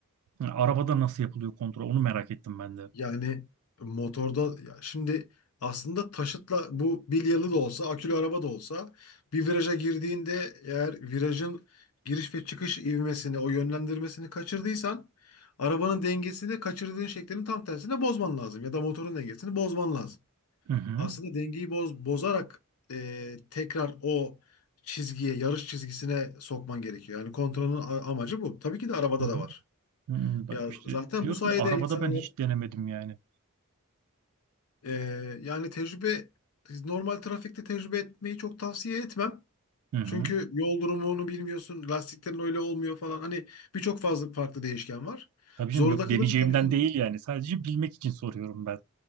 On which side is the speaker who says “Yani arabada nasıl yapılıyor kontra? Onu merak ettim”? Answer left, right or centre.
Right